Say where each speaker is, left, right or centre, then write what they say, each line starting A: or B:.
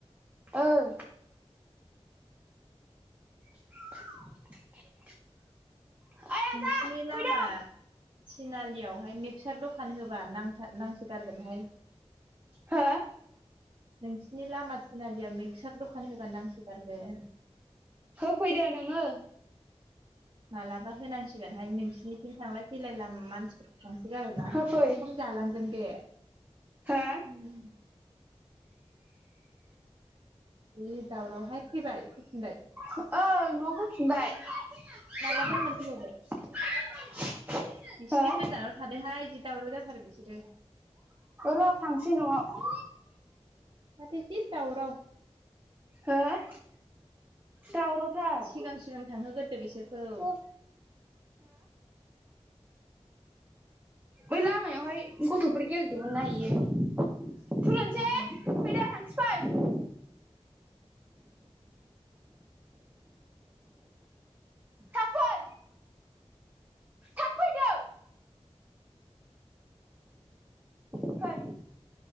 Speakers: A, on the right; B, on the right.
A: ओं <inaudible> <inaudible>
B: नोंसिनि लामा
A: फैदो
B: थिनालियावहाय मिक्सार दखान होबा नांथार नां थार गोनहाय।
A: हो?
B: नोंसिनि लामा थिनालियाव मिक्सार दखान होबा नांसोगारगोन।
A: होफैदो नोङो।
B: मालाबा होनांसिगोनहाय नोंसोरनिथिं थांलाय फैलाय लामा मानसिफोर थांसै आरोना
A: होफै
B: खम जालांगोन बे उम।
A: हो
B: जि दावरावहाय फैबाय फैफिनबाय।
A: ओ नाव फैफिनबाय <unintelligible>
B: मालाबानो मोनफैलायबाय बिसिनि
A: हो
B: गोजानाव थादहाय जिदि दावराव जाथारो बिसोरो।
A: र' थांसै न'आव।
B: माथो जि दावराव।
A: हो दावराव थार।
B: सिगां सिगां थांहोगोरदो बिसोरखौ
A: हो? बै लामायावहाय गथ'फोर गेलेदोंमोन ना इयो <unintelligible>
B: उम।
A: फैदो थांसै फै।
B: <unintelligible> <unintelligible>
A: थाब फै थाब फैदो फै।